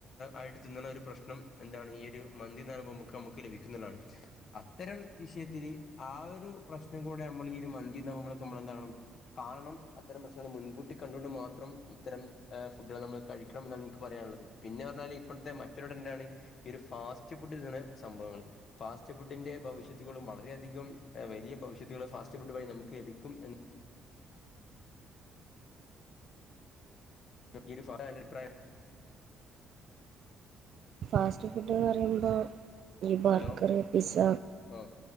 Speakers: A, on the left (about 55°); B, on the right (about 60°).
A: ആയിട്ട് തിന്നണ ഒരു പ്രശ്നം എന്താണ് ഈ ഒരു മന്തിന്ന് <unintelligible> നമുക്ക് ലഭിക്കുന്നതാണ്. അത്തരം വിഷയത്തില് ആഹ ഒരു പ്രശ്നം കൂടെ നമ്മൾ ഈ ഒരു മന്തി <unintelligible> നമ്മളെന്തവണം. കാണണം അത്തരം പ്രശ്നങ്ങൾ മുൻകൂട്ടി കണ്ടൊണ്ട് മാത്രം ഇത്തരം അഹ ഫുഡുകൾ നമ്മൾ കഴിക്കണം എന്നാണ് എനിക്ക് പറയാനുള്ളത്. പിന്നെ പറഞ്ഞാൽ ഇപ്പോഴത്തെ മറ്റൊരു ട്രെന്റാണ് ഈ ഒരു ഫാസ്റ്റ് ഫുഡ് ന്നുള്ള സംഭവങ്ങൾ. ഫാസ്റ്റ് ഫുഡിന്റെ ഭവിഷത്തുകളും വളരെയധികം വലിയ ഭവിഷത്തുകളു ഫാസ് റ്റ് ഫുഡ് വഴി നമുക്ക് ലഭിക്കും എന്ന് ഇ <unintelligible> അഭിപ്രായം
B: ഫാസ്റ്റ് ഫുഡ്ന്ന് പറയുമ്പോൾ ഈ ബർഗർ,
A: ഹലോ
B: പിസ്സ
A: ആഹ്